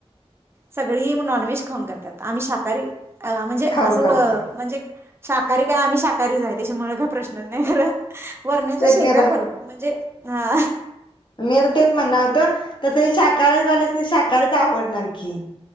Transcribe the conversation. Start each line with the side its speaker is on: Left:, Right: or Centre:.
Right: सगळी म नॉनव्हेज खाऊन करत्यात आम्ही शाकाहारी अं म्हणजे
Left: खाऊन
Right: असं व
Left: करते
Right: म्हणजे शाकाहारी काय आम्ही शाक करी जाईत त्याजेमुळं काय प्रश्नच नाही खरा. वरण्याच्या
Left: तेच
Right: शेंगा
Left: मी आता
Right: करून म्हणजे हां
Left: मी आता तेच म्हण्णा होतो तसं शाक कालेज वाल्यासनी शाक तरच आवडणार की.